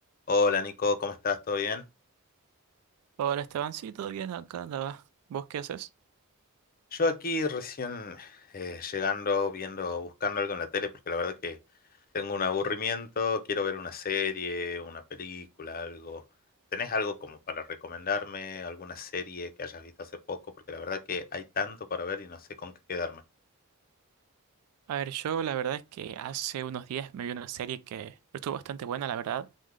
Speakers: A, on the left; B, on the right.
A: Hola Nico, ¿cómo estás? ¿Todo bien?
B: Hola Esteban, sí, todo bien, acá andaba. ¿Vos qué haces?
A: Yo aquí recién eh, llegando, viendo, buscando algo en la tele, porque la verdad que tengo un aburrimiento, quiero ver una serie, una película, algo. ¿Tenés algo como para recomendarme? ¿Alguna serie que hayas visto hace poco? Porque la verdad que hay tanto para ver y no sé con qué quedarme.
B: A ver, yo la verdad es que hace unos días me vi una serie que estuvo bastante buena, la verdad,